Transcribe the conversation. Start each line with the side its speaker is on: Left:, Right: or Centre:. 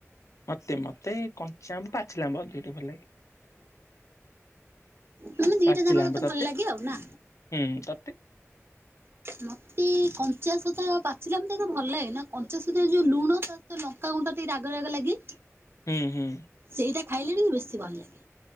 Left: ମତେ ମତେ କଞ୍ଚା ଆମ୍ବ ପାଚିଲା ଆମ୍ବ ଅଧିକ ଟିକେ ଭଲ ଲାଗେ।
Right: ମାନେ ଦିଟା
Left: ପାଚିଲା
Right: ଯାକ
Left: ଆମ୍ବ, ତତେ
Right: ଭଲ ଲାଗେ ଆଉ ନା।
Left: ହୁଁ ତତେ?
Right: ମତେ କଞ୍ଚା ସହିତ ପାଚିଲା ମତେ ଏତେ ଭଲ ଲାଗେ ନା, କଞ୍ଚାସ ଯୋଉ ଲୁଣ ତା ତ ଲଙ୍କା ଗୁଣ୍ଡ ଟିକେ ରାଗ ରାଗ ଲାଗେ।
Left: ହୁଁ, ହୁଁ।
Right: ସେଇଟା ଖାଇଲେ ବି ବେଶୀ ଭଲ ଲାଗେ।